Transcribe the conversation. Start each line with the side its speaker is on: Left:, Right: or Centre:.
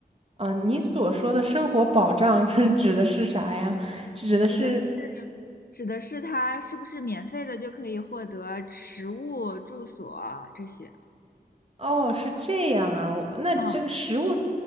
Right: 啊，你所说的生活保障 <laughs> 是指的是啥呀？是指的是，
Left: 指的是指的是他是不是免费的就可以获得食物、住所这些？
Right: 哦，是这样啊。我那这个食物，
Left: 啊？